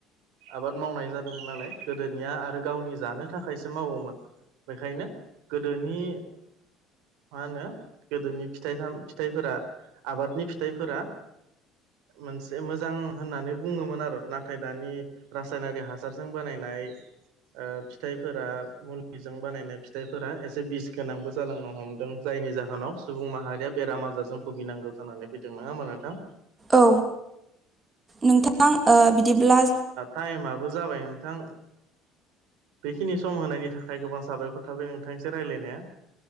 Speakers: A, on the right; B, on the right.
A: आबाद मावनाय जादोंमोन नालाय गोदोनिया आरो गावनि जानो थाखायसो मावोमोन बेखायनो गोदोनि मा होनो गोदोनि फिथाइ फिथाइफोरा आबादनि फिथाइफोरा मोनसे मोजां होननानै बुङोमोन आरो नाथाय दानि रासायनारि हासारजों बानायनाय फिथाइफोरा मुलिजों बानायनाय फिथाइफोरा एसे बिस गोनांबो जालांनो हमदों जायनि जाहोनाव सुबुं माहारिया बेराम आजारजों भुगिनांगौ जानानै फैदों नाोमबा नोंथां
B: औ नोंथां बिदिब्ला
A: टाइमाबबो जाबाय नोंथां बेखिनि सम होनायनि थाखाय गोबां साबायखर थाबाय नोंथांनिसो रायज्लायनाया